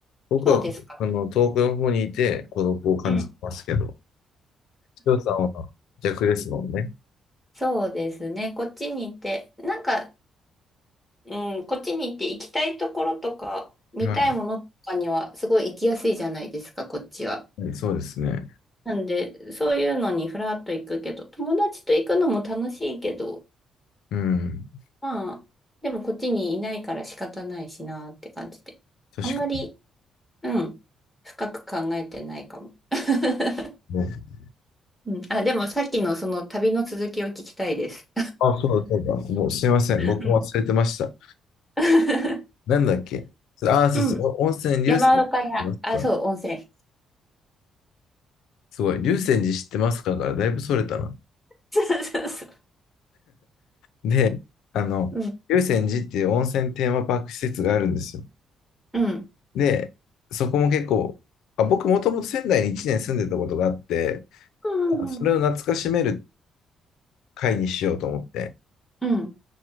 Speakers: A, on the left; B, in the centre.
A: 僕は、
B: そうですか。
A: あの、遠くの方にいて孤独を感じてますけど、
B: うん。
A: 千代さんは逆ですもんね。
B: そうですね。こっちに行って、なんか、うん、こっちに行って行きたいところとか、見たいものとかには、
A: はい。
B: すごい行きやすいじゃないですか、こっちは。
A: はいそうですね。
B: なんで、そういうのにふらっと行くけど、友達と行くのも楽しいけど、
A: うん。
B: まあ、でもこっちにいないから仕方ないしなって感じで。
A: 確か
B: あんまり、うん、深く考えてないかも。<laughs>
A: に。
B: うん、あ、でもさっきのその旅の続きを聞きたいです。
A: あ、そうだ、そうだ。もうすいません。
B: うん。
A: 僕も忘れてました。
B: <laughs>
A: なんだっけ。あ、そうそう。
B: うん。
A: お温泉、
B: 山岡屋。
A: 龍泉寺知ってますか
B: あ、そう、温泉。
A: すごい。龍泉寺知ってますかからだいぶそれたな。
B: そうそうそ
A: で、あの、
B: う。うん。
A: 龍泉寺っていう温泉テーマパーク施設があるんですよ。
B: うん。
A: で、そこも結構、あ僕もともと仙台に1年住んでたことがあって、
B: うん。
A: それを懐かしめる会にしようと思って、
B: うん